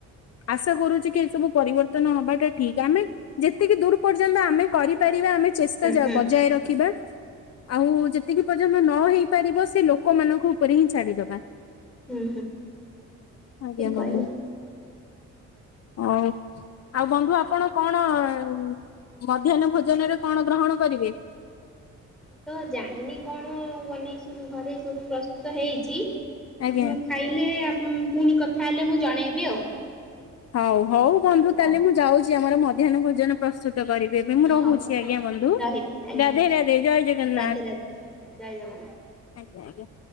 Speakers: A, on the left; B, in the centre.
A: ଆଶା କରୁଛି କି ଏସବୁ ପରିବର୍ତ୍ତନ ହବାଟା ଠିକ ଆମେ ଯେତିକି ଦୂର୍ ପର୍ଯ୍ୟନ୍ତ ଆମେ କରିପାରିବା ଆମେ ଚେଷ୍ଟା ଜ
B: ହୁଁ
A: ବଜାୟ ରଖିବା। ଆଉ ଯେତିକି ପର୍ଯ୍ୟନ୍ତ ନ ହେଇ ପାରିବ ସେ ଲୋକମାନଙ୍କ ଉପରେ ହିଁ ଛାଡିଦବା।
B: ହୁଁ।
A: ଆଜ୍ଞା
B: ଠିକ କହିଲେ
A: ବନ୍ଧୁ ହଉ। ଆଉ ବନ୍ଧୁ ଆପଣ କଣ ଅଁ ମଧ୍ୟାହ୍ନ ଭୋଜନରେ କଣ ଗ୍ରହଣ କରିବେ?
B: ମୁଁ ତ ଜାଣିନି କଣ ବନେଇସିନ୍ତି ଘରେ ସବୁ ପ୍ରସ୍ତୁତ ହେଇଛି
A: ଆଜ୍ଞା
B: ମୁଁ ଖାଇଲେ ପୁଣି କଥା ହେଲେ ମୁଁ ଜଣାଇବି ଆଉ।
A: ହଉ ହଉ ବନ୍ଧୁ ତାହେଲେ
B: ହଉ
A: ମୁଁ ଯାଉଛି ଆମର ମଧ୍ୟାହ୍ନ ଭୋଜନ ପ୍ରସ୍ତୁତ କରିବି। ମୁଁ ରହୁଛି
B: ହଉ ହଉ
A: ଆଜ୍ଞା ବନ୍ଧୁ
B: ରହିଲି ଆଜ୍ଞା
A: ରାଧେ ରାଧେ ଜୟ ଜଗନ୍ନାଥ।
B: ରାଧେ ରାଧେ। ଜୟ ଜଗନ୍ନାଥ।
A: ଆଜ୍ଞା ଆଜ୍ଞା।